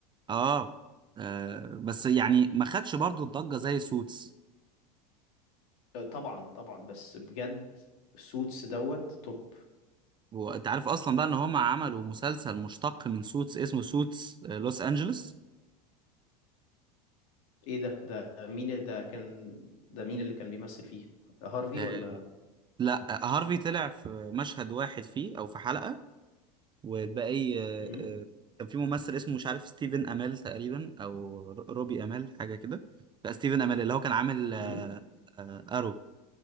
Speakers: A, on the right; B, on the left.
A: آه, آه بس يعني ما خدش برضو الضجة زي سوتس
B: آه، طبعا طبعا بس بجد سوتس دوت توب
A: وأنت عارف أصلا بقى إن هما عملوا مسلسل مشتق من سوتس اسمه سوتس آه لوس أنجلوس
B: ايه ده ده مين ده كان ده مين اللي كان بيمثل فيه هارفي
A: آه
B: ولا
A: لا آه، هارفي طلع في مشهد واحد فيه أو في حلقة والباقي آه،
B: امم
A: آه، كان في ممثل اسمه مش عارف ستيفن امال تقريبا او ر- روبي امال حاجه كده لا ستيفن امال اللي هو كان عامل آه،
B: امم
A: آه، ارو